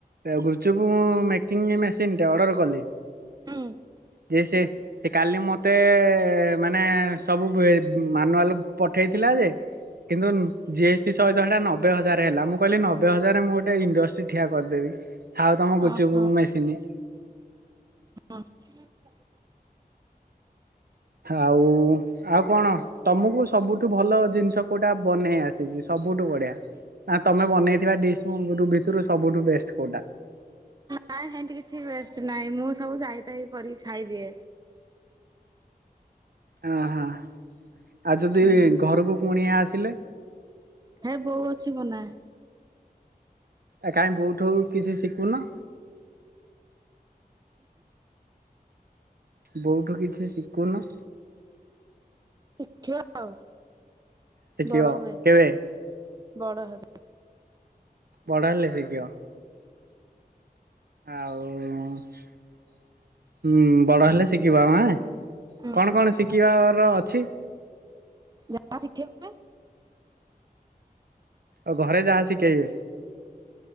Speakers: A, on the right (about 75°); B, on the right (about 25°).
A: ଗୁପଚୁପ ଉଁ ମେକିଂ ମେସିନଟେ ଅର୍ଡ଼ର କଲି।
B: ହୁଁ
A: ଯେ ସେ ସେ କାଲି ମତେ ମାନେ ସବୁ ବେ ମାନୁଆଲ ପଠେଇଥିଲା ଯେ କିନ୍ତୁ ଜି ଏସ୍ ଟି ସହିତ ସେଟା ନବେ ହଜାର ହେଲା ମୁଁ କହିଲି ନବେ ହଜାରରେ ମୁଁ ଗୋଟେ ଇଣ୍ଡଷ୍ଟି ଠିଆ କରିଦେବି। ଥାଉ ତମ ଗୁଚୁପ
B: ଓହୋ
A: ମେସିନି।
B: <unintelligible>
A: ଆଉ ଆଉ କଣ ତମକୁ ସବୁଠୁ ଭଲ ଜିନିଷ କୋଉଟା ବନେଇ ଆସିଛି ସବୁଠୁ ବଢିଆ ନା ତମେ ବନେଇଥିବା ଡିସ୍ ଭିତରୁ ସବୁଠୁ ବେଷ୍ଟ କୋଉଟା
B: ନାଇଁ ସେମତି କିଛି ବେଷ୍ଟ ନାଇଁ ମୁଁ ସବୁ ଯାଇଥ କରି ଖାଇଦିଏ
A: ଓ ହୋ। ଆଉ ଯଦି
B: ହୁଁ
A: ଘରକୁ ପୁଣିଆ ଆସ। ସିଲ।
B: ହେ ବୋଉ ଅଛି ମନାେ।
A: ଏା ବୋଉଠୁ କିଛି ଶିଖୁନ। ବୋଉଠୁ କିଛି ଶିଖୁନ।
B: ଶିଖିବା ଆଉ
A: ଶିଖିବ
B: ବଡ ହୁଏ
A: କେବେ?
B: ବଡ ହ
A: ବଡ଼ ହେଲେ ଶିକିିବା। ଆଉ ବଡ ହେଲେ ଶିଖିବା ଆଁ
B: ହୁଁ
A: କଣ କଣ
B: ହୁଁ
A: ଶିଖିବାର ଅଛି।
B: ଯାହା ଶିଖିବା।
A: ଆଉ ଘରେ ଯାହା ଶିଖେଇବେ